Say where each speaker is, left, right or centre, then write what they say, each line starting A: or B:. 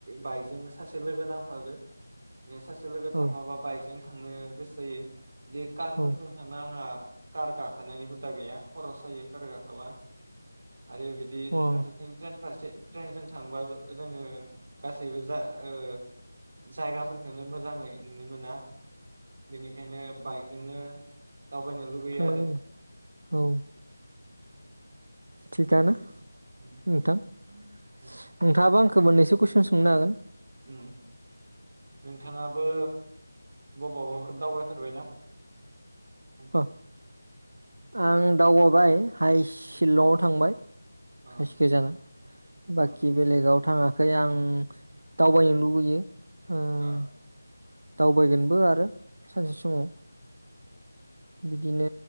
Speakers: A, on the right; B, on the right.
A: बाइकजों सासे लोगो नांफागो सासे लोगो थाफाबा
B: औ
A: बाइकजों थांनो गोसो जायो बे कारफोरजों
B: औ
A: थांनो आंहा कार गाखोनायनि हुदा गैया खर' सायो कार गाखोबा आरो बिदि फारसेथि
B: अ
A: ट्रे फारसे ट्रेनजों थांबा जोङो गासैबो जा ओ जायगाफोरखौ मोजाङै नुनो मोना। बेनिखायनो बाइकजोंनो दावबायनो लुगैयो
B: थांनागौ
A: आरो
B: औ थिगानो
A: उम
B: नोंथां नोंथाङाबो खो मोननैसो कुइसन सोंनो हागोन
A: उम नोंथाङाबो बावबाफोर दावबायफेरबायना?
B: अ आं दावबायबाय हाइस सिलंआव थांबाय
A: अ
B: हायेस गोजाना बाकि
A: अ
B: बेलेगाव थाङाखै आं दावबायनो लुबैयो ओं
A: अ
B: दावबायगोनबो आरो सानसे समाव बिदिनो